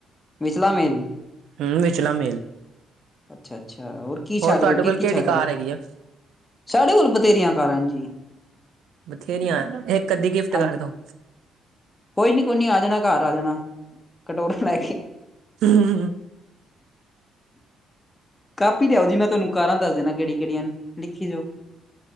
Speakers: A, on the left (about 20°); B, on the right (about 75°).
A: ਵਿਚਲਾ ਮੇਲ?
B: ਹੂੰ ਵਿਚਲਾ ਮੇਲ।
A: ਅੱਛਾ ਅੱਛਾ, ਹੋਰ? ਕੀ ਛੱਕ
B: ਤੁਹਾਡੇ
A: ਰਹੇ ਹੋ, ਕੀ-ਕੀ
B: ਕੋਲ ਕਿਹੜੀ
A: ਛੱਕ
B: ਕਾਰ
A: ਰਹੇ ਹੋ?
B: ਹੈਗੀ ਆ
A: ਸਾਡੇ ਕੋਲ ਬਥੇਰੀਆਂ ਕਾਰਾਂ ਜੀ।
B: ਬਥੇਰੀਆਂ ਇੱਕ ਅੱਧੀ ਗਿਫਟ
A: ਹਾਂਜੀ
B: ਕਰਦੋ।
A: ਕੋਈ ਨੀ ਕੋਈ ਨੀ ਆ ਜਾਣਾ ਘਰ ਆ ਜਾਣਾ, ਕਟੋਰਾ ਲੈ ਕੇ।
B: ਹਮ <inaudible>
A: ਕਾਪੀ ਲਿਆਓ ਜੀ, ਮੈਂ ਤੁਹਾਨੂੰ ਕਾਰਾਂ ਦੱਸ ਦਿੰਨਾ ਕਿਹੜੀ ਕਿਹੜੀਆਂ ਨੇ ਲਿਖੀ ਜਾਓ।